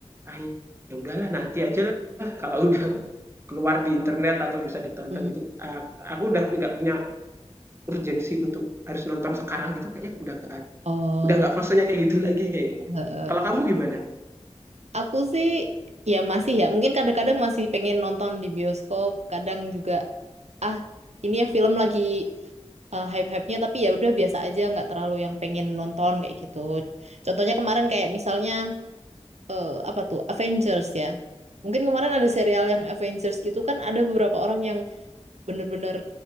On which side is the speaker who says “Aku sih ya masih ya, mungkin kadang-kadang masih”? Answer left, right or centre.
Right